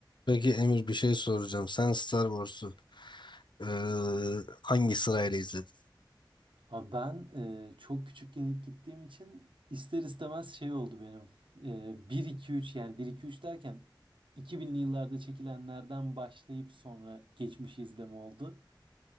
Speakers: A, on the left; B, on the right.
A: Peki Emir bir şey soracağım. Sen Star Wars'u eee, hangi sırayla izledin?
B: Abi ben e, çok küçükken ilk gittiğim için ister istemez şey oldu benim. E, 1-2-3 yani bir iki üç derken 2000'li yıllarda çekilenlerden başlayıp sonra geçmişi izleme oldu.